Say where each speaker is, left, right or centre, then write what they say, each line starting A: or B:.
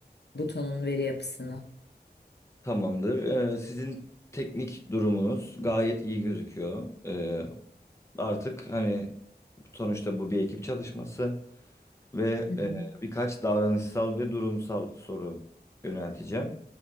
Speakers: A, on the left (about 75°); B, on the left (about 15°).
A: butonun veri yapısını.
B: Tamamdır. Ee, sizin teknik durumunuz gayet iyi gözüküyor. Ee, artık hani sonuçta bu bir ekip çalışması. ve
A: Hı hı.
B: e, birkaç davranışsal ve durumsal soru yönelteceğim.